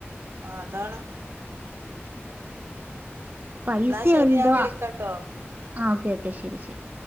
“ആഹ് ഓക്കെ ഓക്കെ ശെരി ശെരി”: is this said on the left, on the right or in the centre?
Right